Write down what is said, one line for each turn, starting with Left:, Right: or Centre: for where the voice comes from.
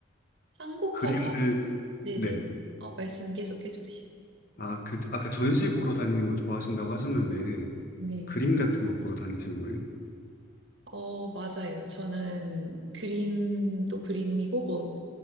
Right: 한국화가,
Left: 그림을,
Right: 네네.
Left: 네.
Right: 어, 말씀 계속 해주세요.
Left: 아, 그, 아까 전시 보러 다니는 거 좋아하신다고 하셨는데,
Right: 네.
Left: 그림 같은 거 보러 다니시는 거예요?
Right: 어, 맞아요. 저는 그림도 그림이고, 뭐,